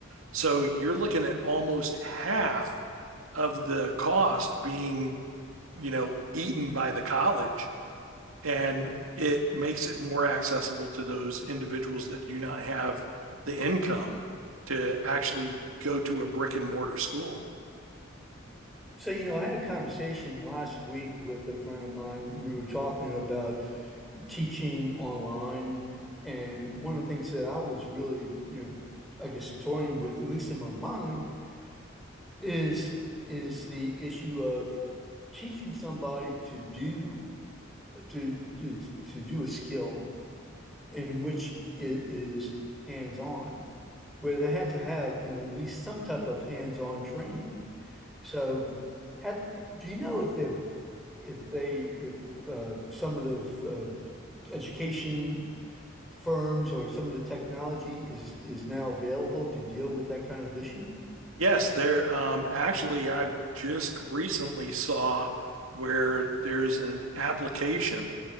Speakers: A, on the right; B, in the centre.
A: So you're looking at almost half of the cost being, you know, eaten by the college and it makes it more accessible to those individuals that do not have the income to actually go to a brick and mortar school.
B: So, you know, I had a conversation last week with a friend of mine. We were talking about teaching online. And one of the things that I was really, you know, I guess toying with, at least in my mind, is is the issue of teaching somebody to do to to, to do a skill in which it is hands-on, where they have to have, you know, at least some type of hands-on training. So, have, do you know if they've, if they, if uh, some of the uh, education firms or some of the technology is is now available to deal with that kind of issue?
A: Yes, there um, actually I've just recently saw where there's an application